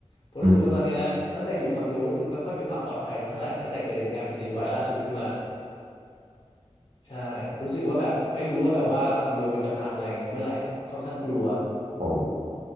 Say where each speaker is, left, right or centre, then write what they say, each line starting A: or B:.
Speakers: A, on the left; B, on the right.
A: ผมรู้สึกว่าตอนเนี้ยตั้งแต่อยู่คอนโดรู้สึกไม่ค่อยมีความปลอดภัยเท่าไหร่ตั้งแต่เกิดเหตุการณ์แผ่นดินไหวล่าสุดขึ้นมา
B: อืม
A: ใช่รู้สึกว่าแบบไม่รู้ว่าแบบว่าคอนโดมันจะพังอะไรอย่างเงี้ยเมื่อไหร่อ่ะค่อนข้างกลัว
B: ผม